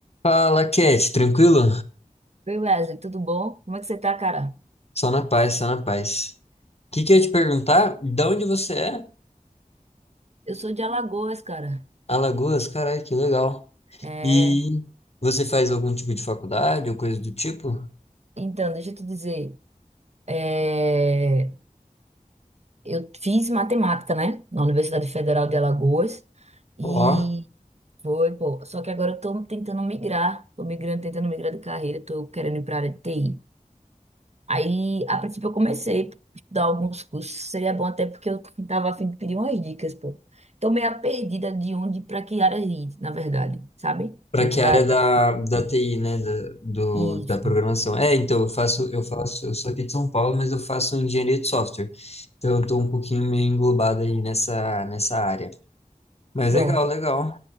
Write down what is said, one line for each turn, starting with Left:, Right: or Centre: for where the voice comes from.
Left: Fala, Cat, tranquilo?
Right: Oi, Wesley, tudo bom? Como é que você tá, cara?
Left: Só na paz, só na paz. O que que eu ia te perguntar? De onde você é?
Right: Eu sou de Alagoas, cara.
Left: Alagoas, caralho, que legal.
Right: É,
Left: E você faz algum tipo de faculdade ou coisa do tipo?
Right: então, deixa eu te dizer. é, eu fiz matemática, né? Na Universidade Federal de Alagoas. E
Left: Ó,
Right: foi, pô. Só que agora eu tô tentando migrar. Tô migrando, tentando migrar de carreira. Tô querendo ir pra área de TI. Aí, a princípio, eu comecei a estudar alguns cursos. Seria bom até porque eu tava a fim de pedir umas dicas, pô. Tô meio perdida de onde pra que área ir, na verdade, sabe?
Left: pra
Right: Dentro
Left: que
Right: da
Left: área
Right: área
Left: da,
Right: da...
Left: da TI, né? Da, do,
Right: Isso.
Left: da programação. É, então, eu faço, eu faço, eu sou aqui de São Paulo, mas eu faço engenharia de software. Então, eu tô um pouquinho meio englobado aí nessa, nessa área. Mas
Right: Pronto.
Left: legal, legal.